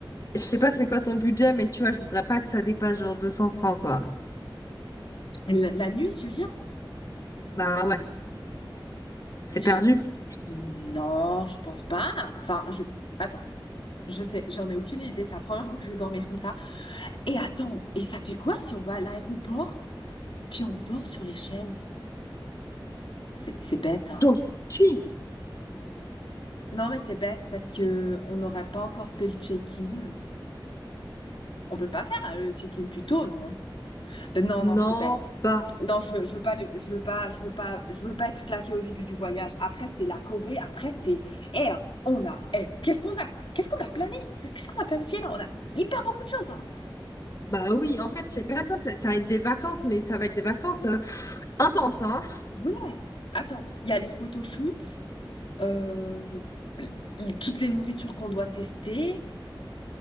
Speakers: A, on the left; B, on the left.
A: je sais pas c'est quoi ton budget, mais tu vois, je voudrais pas que ça dépasse genre 200 francs, quoi.
B: La, la nuit, tu veux dire?
A: Bah ouais, c'est
B: Mais
A: perdu.
B: je sais. Non, je pense pas. Enfin, je. Attends, je sais, j'en ai aucune idée. C'est la première fois que je vais dormir comme ça. Et attends, et ça fait quoi si on va à l'aéroport, puis on dort sur les chaises? C'est c'est bête, hein.
A: J'aurais tué.
B: Non, mais c'est bête parce que on n'aurait pas encore fait le check-in. On peut pas faire euh, le check-in plus tôt, non? Ben non, non,
A: Non,
B: c'est bête.
A: pas.
B: Non, je veux, je veux pas, le- je veux pas, je veux pas, je veux pas être claqué au début du voyage. Après, c'est la Corée. Après, c'est, eh, on a, eh, qu'est-ce qu'on a, qu'est-ce qu'on a plané, qu'est-ce qu'on a planifié là? On a hyper beaucoup de choses, hein.
A: Bah oui, en fait, je sais même pas, ça, ça va être des vacances, mais ça va être des vacances euh, pff, intenses, hein.
B: Ouais. Attends, il y a les photoshoots, euh, l- toutes les nourritures qu'on doit tester.